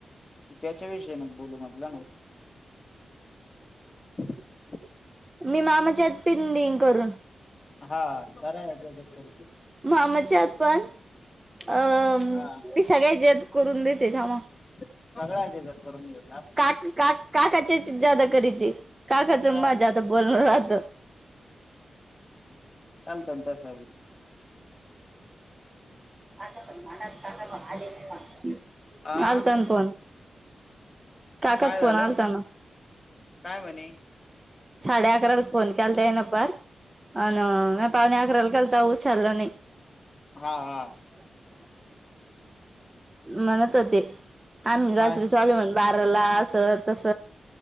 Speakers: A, on the left (about 20°); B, on the right (about 15°).
A: त्याच्याविषयी नग बोलू म्हटलं ना <inaudible>
B: मी मामाच्यात पिंडिंग करून
A: हा बरय <unintelligible>
B: मामाच्यात पण अ
A: हा
B: ती सगळे जत करून देते जमा
A: सगळ्या आहे तेजात करून घे
B: का का का त्याचे जादा करीते काकाचं
A: हा
B: माजा आता बोलण राहत.
A: काम पण तासाई
B: <unintelligible>
A: आ
B: आलता ना फोन काकाच
A: काय
B: फोन
A: झालं
B: आलताना
A: काय म्हणे
B: साडे अकराला फोन केलाता ह्यान पार अन म्या पावणे अकराला केलता उचलला नाही.
A: हा हा
B: म्हणत होते आमही रात्री
A: काय
B: चाले म्हण बारला असं तस